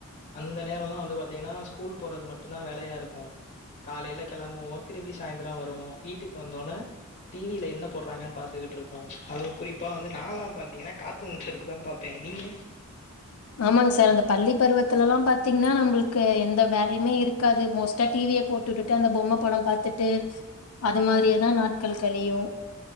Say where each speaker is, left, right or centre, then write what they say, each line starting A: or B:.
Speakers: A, on the left; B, on the left.
A: அந்த நேரோல வந்து பாத்தீங்கன்னா ஸ்கூல் போறது மட்டுதா வேலையா இருக்கு காலைல கெளம்புவோ திரும்பி சாய்ந்திரோ வருவோ வீட்டுக் வந்தொனே டி வி ல என்ன போட்றாங்கன் பாத்துகிட்ருப்போ அதுவு குறிப்பா வந்து நாலா பாத்தீங்கனா காட் டுன் டருக்குதா பாப்பே நீங்க
B: ஆமாங் சார் அந்த பள்ளி பருவத்துலலா பாத்தீங்னா நம்புள்கு எந்த வேலையுமே இருக்காது மோஸ்ட்டா டி விய போட்டுடு டு அந்த பொம்ம படோ பாத்திட்டு அது மாத்ரியே தா நாட்கள் கழியு